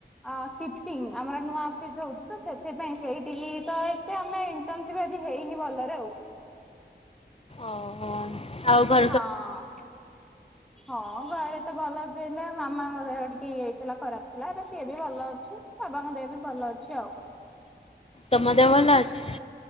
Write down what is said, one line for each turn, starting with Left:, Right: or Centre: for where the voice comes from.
Centre: ଆ, ସିଫ୍ଟିଙ୍ଗ ଆମର ନୂଆ ଅଫିସ୍ ହଉଛି ତ ସେଥିପାଇଁ ସେଇଟିକି ତ ଏ ତେ ଆମେ ଇଣ୍ଟର୍ନସିପ ଆଜି ହେଇନି ଭଲରେ ଆଉ।
Left: ଓହୋ, ଆଉ ଭ
Centre: ହଁ। ହଁ ଘରେ ତ ଭଲ ଥିଲେ, ମାମାଙ୍କ ଦେହ ଟିକେ ଇଏ ହେଇଥିଲା ଖରାପ ଥିଲା, ଏବେ ସିଏ ବି ଭଲ ଅଛି। ବାବାଙ୍କ ଦେହ ବି ଭଲ ଅଛି ଆଉ।
Left: ତୋମ ଦେହ ଭଲ ଅଛି?